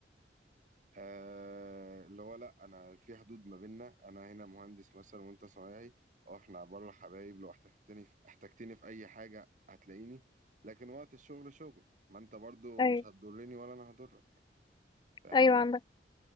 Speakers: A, on the right; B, on the left.
A: آه اللي هو لا انا في حدود ما بيننا انا هنا مهندس مثلا وانت صنايعي اه احنا بره حبايب لو احتجتني في احتجتني في اي حاجه هتلاقيني لكن وقت الشغل شغل ما انت برضو
B: ايوه
A: مش هتضرني ولا انا هضرك فاهماني
B: ايوه عندك